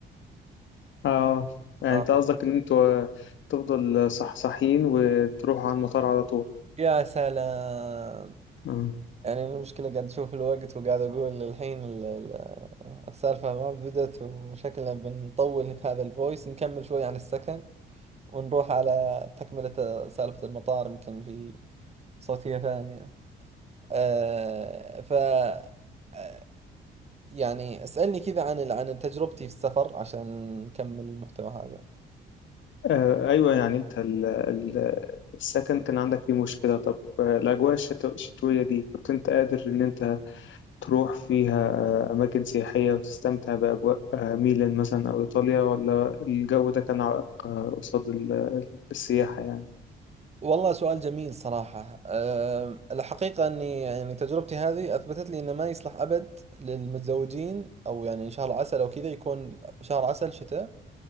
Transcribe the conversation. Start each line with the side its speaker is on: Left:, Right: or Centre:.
Left: أه يعني
Right: آه.
Left: أنت قصدك إن أنتوا تفضل صح صحيين وتروحوا على المطار على
Right: يا سلام
Left: طول
Right: يعني أنا المشكلة قاعد أشوف الوقت وقاعد أقول الحين ال- ال- السالفة ما بدأت وشكلنا بنطول في هذا الفويس نكمل شوي عن السكن ونروح على تكملة سالفة المطار يمكن في صوتية ثانية آه ف آه، يعني اسألني كذا عن ال- عن تجربتي في السفر عشان نكمل المحتوى هذا
Left: آه، أيوة يعني أنت ال- ال- السكن كان عندك فيه مشكلة طب آه، الأجواء الشتو- الشتوية دي كنت أنت قادر إن أنت تروح فيها آه، أماكن سياحية وتستمتع بأجواء آه، ميلان مثلا أو إيطاليا ولا الجو ده كان عائق آه، قصاد ال- السياحة يعني
Right: والله سؤال جميل صراحة أم، الحقيقة أني يعني تجربتي هذه أثبتت لي أنه ما يصلح أبد للمتزوجين أو يعني شهر عسل أو كذا يكون شهر عسل شتاء